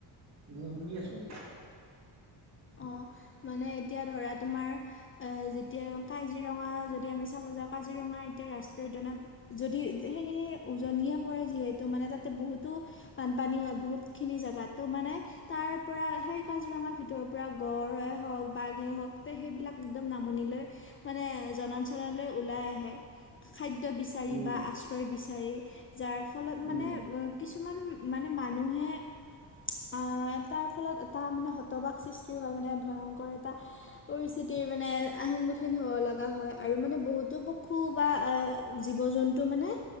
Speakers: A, on the right; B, on the left.
A: উম শুনি আছোঁ।
B: অ মানে এতিয়া ধৰা তোমাৰ। যেতিয়া কাজিৰঙা যদি আমি চাব যাওঁ কাজিৰঙা এতিয়া ৰাষ্ট্ৰীয় উদ্যানত যদি সেইখিনি উজনিয়ে পৰে যিহেতু মানে তাতে বহুতো। বানপানী হয় বহুতখিনি জেগাত ত' মানে তাৰ পৰা সেই কাজিৰঙাৰ ভিতৰ পূৰা গঁড় হওক বাঘে হওক তে সেইবিলাক একদম নামনি লৈ মানে জনাঞ্চললৈ ওলাই আহে। খাদ্য বিচাৰি
A: উম
B: বা আশ্ৰয় বিচাৰি যাৰ ফলত মানে
A: উম
B: কিছুমান মানে মানুহে আ এটাৰ ফলত এটা মানে হতবাগ সৃ সৃষ্টি হয় মানে ভয়ংকৰ এটা। পৰিস্থিতিৰ মানে সন্মুখীন হ'ব লগা হয় আৰু মানে বহুতো পশু বা আ জীৱ জন্তু মানে